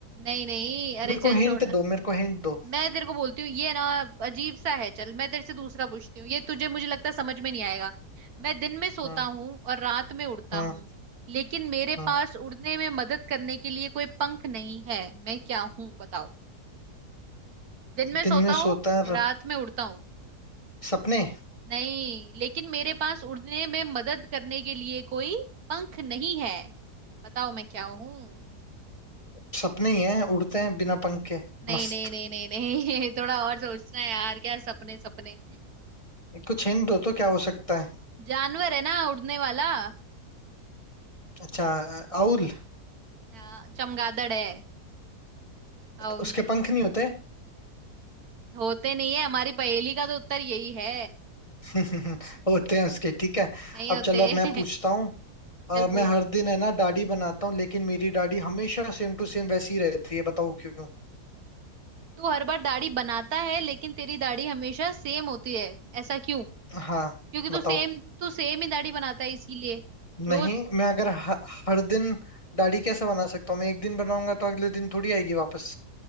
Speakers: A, on the right; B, on the left.
A: नहीं नहीं
B: मेरे
A: अरे
B: को
A: चल
B: हिंट
A: छोड़
B: दो मेरे को हिंट दो
A: मैं तेरे को बोलती हूँ ये ना अजीब सा है चल मैं तेरे से दूसरा पूछती हूँ ये तुझे मुझे लगता है समझ में नहीं आएगा मैं दिन में सोता
B: हम्म
A: हूँ और रात में उड़ता
B: हम्म
A: हूँ लेकिन मेरे
B: हम्म
A: पास उड़ने में मदद करने के लिए कोई पंख नहीं है मैं क्या हूँ बताओ दिन में
B: दिन
A: सोता
B: में सोता
A: हूँ रात
B: र,
A: में उड़ता हूँ
B: सपने
A: नहीं लेकिन मेरे पास उड़ने में मदद करने के लिए कोई पंख नहीं है बताओ मैं क्या हूँ
B: सपने ही हैं उड़ते हैं बिना पंख के
A: नहीं
B: मस्त
A: नहीं नहीं नहीं नहीं <laughs> थोड़ा और सोचना है यार क्या सपने सपने
B: कुछ हिंट दो तो क्या हो सकता है
A: जानवर है ना उड़ने वाला
B: अच्छा आउल
A: आ, चमगादड़ है राहुल
B: उसके
A: ने
B: पंख नहीं होते
A: तो होते नहीं है हमारी पहेली का तो उत्तर यही है
B: <laughs> होते हैं उसके ठीक है
A: नहीं
B: अब
A: होते
B: चलो अब मैं
A: <laughs>
B: पूछता हूँ अ,
A: चल
B: मैं
A: पूछ
B: हर दिन है ना दाढ़ी बनाता हूँ लेकिन मेरी दाढ़ी हमेशा सेम टू सेम वैसी ही रहती है बताओ क्यों
A: तू हर बार दाढ़ी बनाता है लेकिन तेरी दाढ़ी हमेशा सेम होती है ऐसा क्यों
B: हाँ
A: क्योंकि तू
B: बताओ
A: सेम तू सेम ही दाढ़ी बनाता है इसीलिए रोज
B: नहीं मैं अगर ह- हर दिन दाढ़ी कैसे बना सकता हूँ मैं एक दिन बनाऊंगा तो अगले दिन थोड़ी आएगी वापस